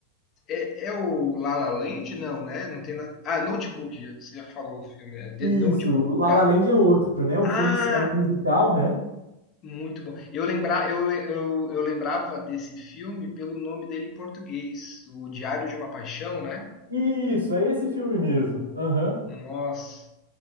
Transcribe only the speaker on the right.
Isso,
La La
Land é outro, né? Um
filme, é um musical, né?
Isso, é esse filme mesmo. Aham.